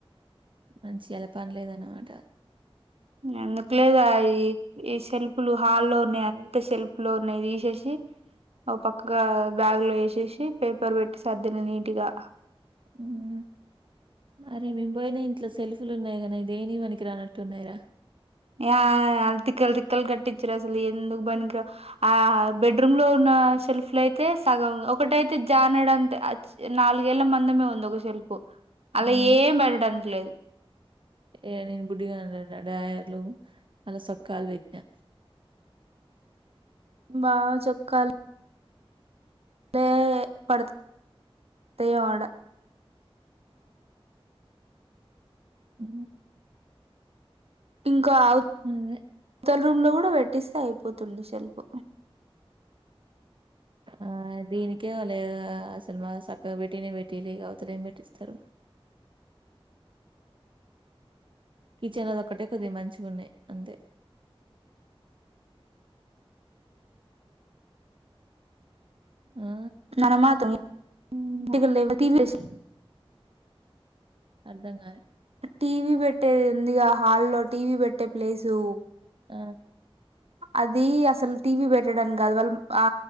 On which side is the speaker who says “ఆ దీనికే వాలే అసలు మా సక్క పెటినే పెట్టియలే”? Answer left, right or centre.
Right